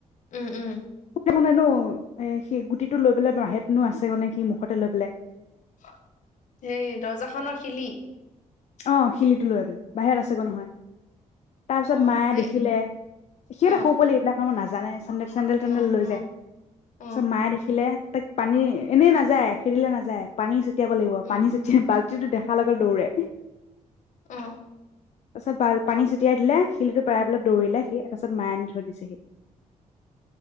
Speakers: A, on the left; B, on the left.
A: উম উম
B: <unintelligible> <unintelligible> নো এ সেই গুটিটো লৈ পেলাই <unintelligible> আছে গ নে সি মুখতে লৈ পেলাই
A: <unintelligible> হেই দৰ্জাখনৰ শিলি?
B: অ' শিলিটো লৈ পেলাই বাহিৰত আছে <unintelligible> নহয়, তাৰপিছত
A: অ
B: মায়ে
A: সেই
B: দেখিলে, সি
A: অ
B: এটা সৰু পোৱালি এইবিলাক কাম নাজ জানে। চেন্দে, চেণ্ডেল-টেণ্ডেল
A: অ
B: লৈ
A: অ
B: যায়,
A: অ
B: ছত মায়ে দেখিলে। তাইক পানী এনেই নাযায় খেদিলে নাযায় পানী ছ তিয়াব লাগিব।
A: অ
B: পানী ছটিয়া বাল্টিটো দেখা লগে দৌৰে
A: অ
B: তাৰপিছত বাল পানী ছটিয়াই দিলে খিলিটো পেলাই বোলে দৌৰিলে সি, তাৰপাছত মাই আনি থৈ দিছেহি।